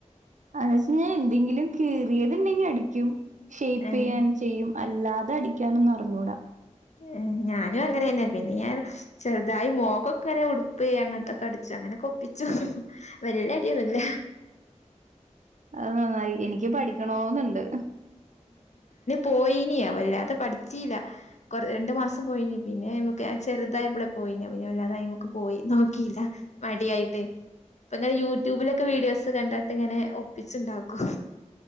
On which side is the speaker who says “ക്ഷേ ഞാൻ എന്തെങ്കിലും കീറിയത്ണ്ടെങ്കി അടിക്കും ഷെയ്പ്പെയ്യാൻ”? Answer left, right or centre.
Right